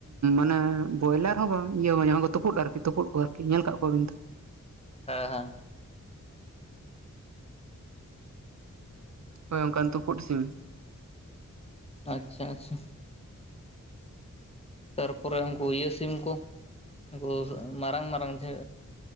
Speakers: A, on the right; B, on the left.
A: ᱢᱟᱱᱮ ᱵᱚᱭᱞᱟᱨ ᱦᱚᱸ ᱵᱟᱝ ᱤᱭᱟᱹ ᱡᱟᱦᱟᱸ ᱠᱚ ᱛᱩᱯᱩᱫ ᱟᱨᱠᱤ ᱛᱩᱯᱩᱝ ᱠᱚ ᱟᱨᱠᱤ ᱧᱮᱞ ᱠᱟᱫ ᱠᱚᱣᱟ ᱵᱤᱱ ᱛᱚ?
B: ᱦᱮᱸ ᱦᱮᱸ᱾
A: ᱦᱳᱭ ᱚᱱᱠᱟᱱ ᱛᱩᱯᱩᱫ ᱥᱤᱢ᱾
B: ᱟᱪᱪᱷᱟ ᱟᱪᱪᱷᱟ᱾ ᱛᱟᱨᱯᱚᱨᱮ ᱩᱝᱠᱩ ᱤᱭᱟᱹ ᱥᱤᱢ ᱠᱚ? ᱩᱝᱠᱩ ᱢᱟᱨᱟᱝ ᱢᱟᱨᱟᱝ ᱡᱷᱟ